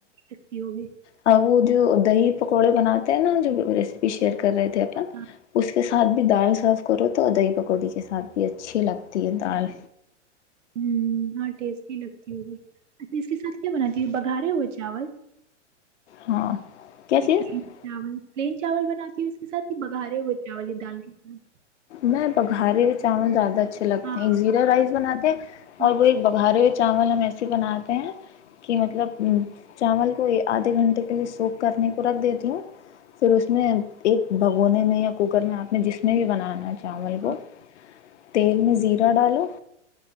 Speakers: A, on the right (about 80°); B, on the left (about 65°).
A: لتی ہوگی
B: اب وہ جو دہی پکوڑے بناتے ہیں نا جو شیئر کر رہے تھے اپن
A: ہاں
B: اس کے ساتھ بھی دال سرو کرو تو دہی پکوڑے کے ساتھ بھی اچھی لگتی ہے دال
A: ہ ہ ٹیسٹی لگتی ہوی اچھا اس کے ساتھ کیا بناتی ہ بگھارے ہوئے چاول
B: ہاں کیا
A: چ
B: چیز
A: پ <unintelligible> چاول بنااتی اس کے ساتھ یہ بگا رہے ہوئے چاول دال کے ساتھ
B: میں بخاری ب آوں زیادہ اچھے لگتے
A: ہاں
B: ہیں ایک زیرا رائس بناتے ہیں
A: ہاں
B: اور وہ ایک بگھارے ہو چاول ہم ایسے بناتے ہیں کہ مطلب چاول کو آدھے گھنٹے کے لیے سوپ کرنے کو رکھ دیتی ہوں پھر اس میں ایک بھگونے میں یا کوکر میں آپ نے جس میں بھی بنانا شاامول
A: ہاں
B: کو <unintelligible> تیل میں زیرا ڈالو